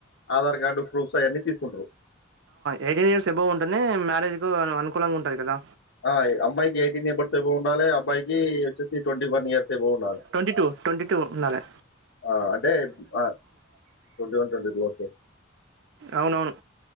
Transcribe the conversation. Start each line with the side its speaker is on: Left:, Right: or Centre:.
Left: ఆధార్ కార్డ్ ప్రూఫ్స్ అయన్నీ తీసుకుంటారు.
Right: ఎయిటీన్ ఇయర్స్ ఎబో ఉంటనే మ్యారేజ్ కు అను అను కులంగా ఉంటది కదా.
Left: ఆ! అమ్మాయికి ఎబర్స్ ఎబోవ్ ఉండాలె. అబ్బాయికి వచ్చేసి ఇయర్స్ ఎబోవ్ ఉండాలె.
Right: ట్వంటీ టూ ట్వంటీ టూ ఉండాలే
Left: ఆ అంటే ఆ twenty one twenty two okay
Right: అవునవును.